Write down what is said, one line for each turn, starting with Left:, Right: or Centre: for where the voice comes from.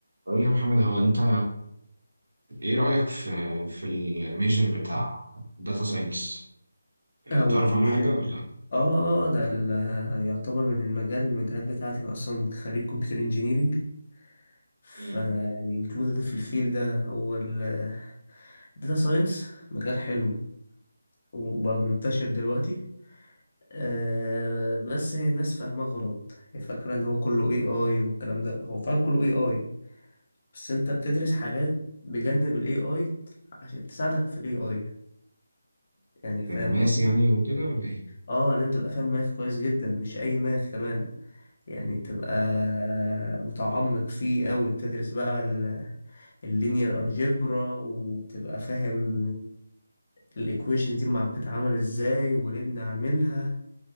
Right: قول لي يا محمد هو انت ايه رأيك في في الميجر بتاع داتا ساينس بتعرف
Left: هو الميجر
Right: عنه حاجة ولا
Left: اه آه، ده ال- يعتبر من المجال من المجالات بتاعتي انا اصلا خريج كمبيوتر انجينيرينج فانا
Right: امم
Left: يعني انكلودد في الفيل ده هو الداتا ساينس مجال حلو وبقى منتشر دلوقتي آه بس هي الناس فاهماه غلط هي فاكرة ان هو كله اي اي والكلام ده هو فعلا كله اي اي بس انت بتدرس حاجات بجانب الاي اي عشان تساعدك في الاي اي يعني فاهم
Right: ماس
Left: قصدي
Right: يعني وكده ولا ايه
Left: اه لازم تبقى فاهم ماث كويس جدا مش اي ماث كمان يعني تبقى متعمق فيه أوي بتدرس بقى اللينير الجبرا وبتبقى فاهم الإيكويشن دي مع بتتعمل إزاي وليه بنعملها